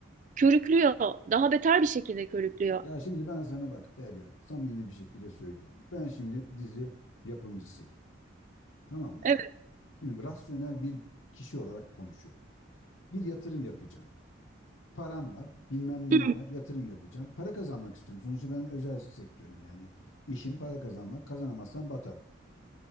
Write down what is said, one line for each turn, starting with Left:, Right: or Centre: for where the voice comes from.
Right: körüklüyor. Daha beter bir şekilde körüklüyor.
Left: Ya şimdi ben sana bak Derya, samimi bir şekilde söylüyorum. Ben şimdi dizi yapımcısıyım. Tamam mı
Right: Evet.
Left: bak? Şimdi rasyonel bir kişi olarak konuşuyorum. Bir yatırım yapacağım. Param var, bilmem neyim
Right: Hı,
Left: var, yatırım yapacağım. Para kazanmak istiyorum. Sonuçta ben özel sektörüm yani. İşim para kazanmak, kazanamazsam batarım.